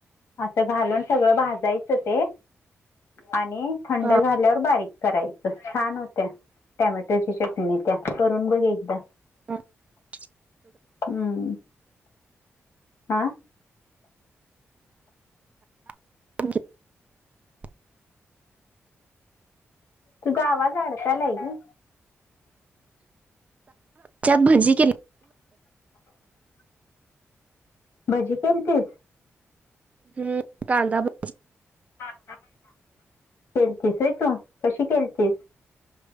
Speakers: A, on the left (about 65°); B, on the right (about 30°).
A: असं घालून सगळं भाजायचं ते आणि थंड
B: हा
A: झाल्यावर बारीक करायचं. छान होत्या टॅमॅटोची चटणी त्या करून बघ एकदा.
B: <inaudible>
A: हम्म. आ?
B: <inaudible>
A: तूजा आवाज अडकायलाय ग.
B: च्यात भजी केली.
A: <inaudible> भजी केलतीस?
B: हम्, कांदा भ --
A: कांदा <unintelligible> केलतीस होय तू? कशी केलतीस?